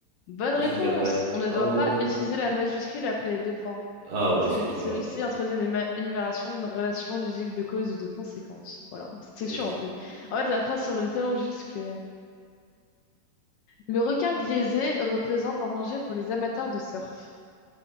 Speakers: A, on the left; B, on the right.
A: Bonne
B: moi,
A: réponse!
B: je vais dire vrai.
A: On ne
B: Oh,
A: doit pas
B: no.
A: utiliser la majuscule après les deux points.
B: Ah, ouais,
A: C'est-
B: excuse-moi.
A: Celui-ci introduit une éma- énumération de relations logiques de causes et de conséquences. Voilà, c'est
B: Ok.
A: sûr en fait. En fait, la phrase semble tellement juste que... Le requin grisé représente un danger pour les amateurs de surf.